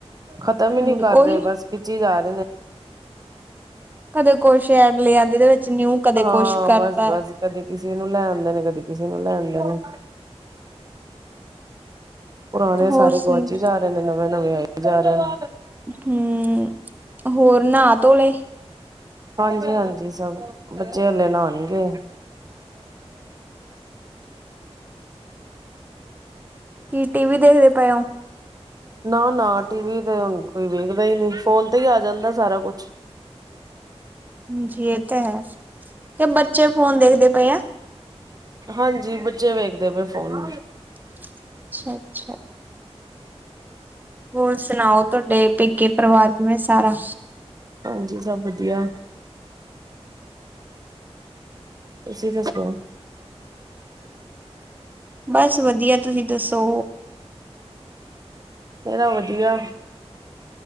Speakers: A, on the right; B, on the right.
A: ਖਤਮ ਹੀ
B: ਹਾਂਜੀ
A: ਨਹੀਂ ਕਰ ਰਹੇ
B: ਉਹੀ
A: ਬਸ ਖਿਚੀ ਜਾ ਆ ਰਹੀ
B: ਕਦੇ ਕੁਛ ਐਡ ਲਿਆਂਦੀ ਦੇ ਵਿੱਚ ਨਿਊ ਕਦੇ
A: ਹਾਂ
B: ਕੁਛ ਕਰਤਾ
A: ਬਸ ਬਸ ਕਦੇ ਕਿਸੇ ਨੂੰ ਲੈਣ ਦੇ ਨੇ ਕਦੀ ਕਿਸੇ ਨੂੰ ਲੈਣ ਦੇ ਨੇ ਪੁਰਾਣੇ
B: ਹੋਰ
A: ਸਾਰੇ
B: ਸੁਣ
A: ਗੁਆਝੀ ਜਾ ਰਹੇ ਨੇ ਨਵੇਂ ਆਈ ਜਾ ਰਹੇ ਨੇ
B: ਹਮ ਹੋਰ ਨਹਾ ਤੋ ਲੇ
A: ਹਾਂਜੀ ਹਾਂਜੀ ਸਭ ਬੱਚੇ ਹਲੇ ਨਉਣਗੇ
B: ਕੀ ਟੀ ਵੀ ਦੇਖਦੇ ਪਏ ਹੋ।
A: ਨਾ ਨਾ ਟੀਵੀ ਤੇ ਹੁਣ ਕੋਈ ਵੇਖਦਾ ਹੀ ਨਹੀਂ ਫੋਨ ਤੇ ਹੀ ਆ ਜਾਂਦਾ ਸਾਰਾ ਕੁਛ
B: ਹਾਜੀ ਤੇ ਹੈ ਤੇ ਬੱਚੇ ਫੋਨ ਦੇਖਦੇ ਪਏ ਆ
A: ਹਾਂਜੀ ਬੱਚੇ ਵੇਖਦੇ ਪਏ ਫੋਨ
B: ਅੱਛਾ! ਅੱਛਾ ਹੋਰ ਸੁਣਾਓ ਤੁਹਾਡੇ ਪੇਕੇ ਪਰਿਵਾਰ ਕਿਵੇਂ ਸਾਰਾ
A: ਹਾਂਜੀ ਸਭ ਵਧੀਆ ਤੁਸੀਂ ਦੱਸੋ?
B: ਬਸ ਵਧੀਆ ਤੁਸੀਂ ਦੱਸੋ।
A: ਮੇਰਾ ਵਧੀਆ